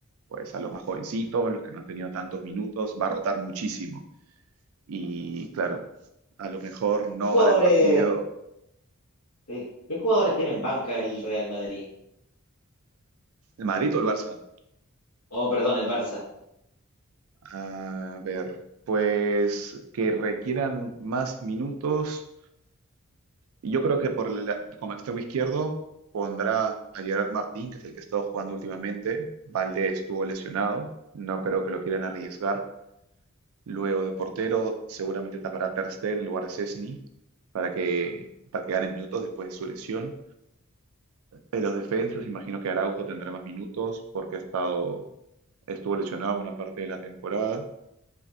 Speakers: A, on the right; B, on the left.
A: pues, a los más jovencitos, los que no han tenido tantos minutos, va a rotar muchísimo. Y claro, a lo mejor no
B: ¿Qué jugadores,
A: gana el partido
B: sí, qué jugadores tienen banca el Real Madrid?
A: el Madrid o el Barça.
B: Oh, perdón, el Barça.
A: A ver, pues que requieran más minutos. Yo creo que por el, como extremo izquierdo pondrá a Gerard Martín, que es el que ha estado jugando últimamente. Valdés estuvo lesionado, no creo que lo quieran arriesgar. Luego de portero, seguramente tapará Ter Stegen en lugar de Cesny para que, para que gane minutos después de su lesión. En los defensas, imagino que Araujo tendrá más minutos porque ha estado, estuvo lesionado una parte de la temporada.